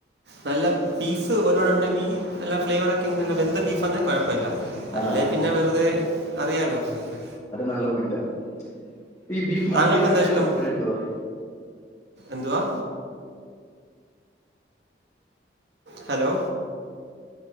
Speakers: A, on the right (about 70°); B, on the left (about 20°).
A: നല്ല പീസ് ഒരുപാടു ഉണ്ടെങ്കി നല്ല ഫ്ലേവറൊക്കെ നല്ല വെന്ത ബീഫാന്നേ കൊഴപ്പല്ല
B: ആ
A: അല്ലേ പിന്നെ വെറുതെ അറിയാലോ നമുക്ക്
B: നല്ല പോയിന്റ് ആണ് പ്പ ഈ ബീഫ് മന്തീടെ
A: താങ്കൾക്ക്
B: പറ്റിയുള്ള
A: എന്താ ഇഷ്ടം
B: അഭിപ്രായം എന്തുവാ
A: എന്തുവാ ഹലോ